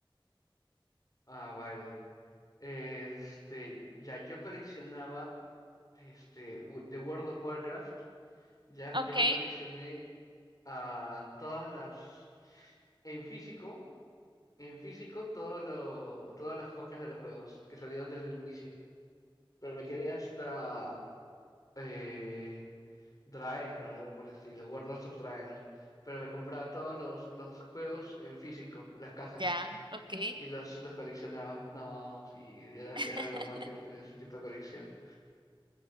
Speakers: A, on the left; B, on the right.
A: Ah, vale. Este, ya yo coleccionaba. este, wo- de World of Warcraft, ya
B: Ok,
A: yo me coleccioné a todas las, en físico, en físico, todo lo, todas las copias de los juegos que salieron desde el inicio. Pero me quedé hasta eh, Draenor, algo por el estilo, Warlords of Draenor. Pero me compraba todos los, los juegos en físico, las cajas,
B: ya, ok.
A: y los, los coleccionaba. No, sí, era,
B: <laughs>
A: era lo máximo tener ese tipo de colección.